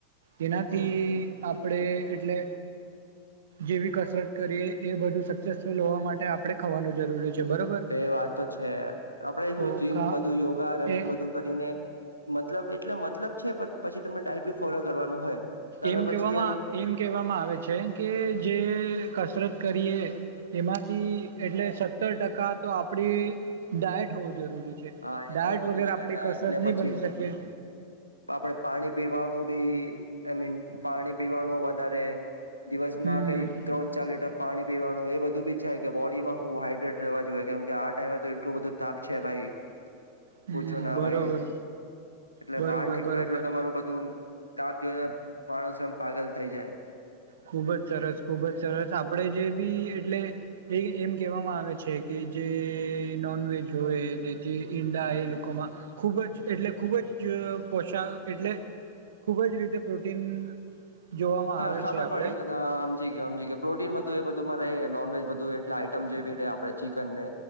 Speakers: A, on the right; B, on the left.
A: તેનાથી
B: હમ
A: આપણે એટલે જેવી કસરત કરીએ એ બધું સક્સેસ ફુલ હોવા માટે આપણે ખાવાનું જરૂરી છે. બરોબર
B: એ વાત તો છે આપડે શું
A: તો
B: જીમ
A: ખા
B: બધું યોગા રનિંગ
A: એ
B: બધું કરીને મતલબ એટલે મતલબ છે પણ પછી તમને ડાયટ બી ફોલો કરવાનું હોય તમે
A: એમ
B: પછી
A: કેવામાં એમ કેહેવામાં આવે છે કે જે કસરત કરીએ તેમાંથી એટલે સત્તર ટકા તો આપડી ડાયટ હોવો જરૂરી છે
B: હા
A: ડાયટ
B: એ તોય બધું
A: વગર
B: છે
A: આપડી
B: ડાયટ
A: કસરત
B: ને
A: નહી
B: પછી
A: બની શકે
B: આપડે પાણી પીવાનું બી એમીન પાણી પીવાનું વધારે દિવસમાં
A: હમ
B: કઈ ત્રણ ચાર લીટર પાણી પીવાનું નુ એ બધું બી છે કે બોડીમાં હું હાઈડ્રેટ રહેવા જોઈએ કેમ કે આ ટાઈમે તો એટલું બધું તાપ છે ભાઈ
A: હમ
B: પૂછો ના
A: બરોબર
B: ભાઈ એટલે
A: બરોબર
B: બહાર નીકળો
A: બરોબર
B: એટલે તમારું બધું તાપ જોઈને માણસો એમ પાગલ થઈ જાય.
A: ખૂબ જ સરસ ખૂબ જ સરસ આપણે જે બી એટલે એ એમ કહેવામાં આવે છે કે જે નોનવેજ હોય ને જે ઈંડા એ લોકોમાં ખૂબ જ એટલે ખૂબ જ પોશાક એટલે ખૂબ જ રીતે પ્રોટીન જોવામાં આવે
B: ખબર
A: છે આપ
B: પણ એ કહેતા હા સમજી ગયો સમજી ગયો પ્રોટીન બધું એ બધું તમારે બધું એ નોનવેજ બધું એટલે આઈટમ જેવી દે આપણે ચિકન ને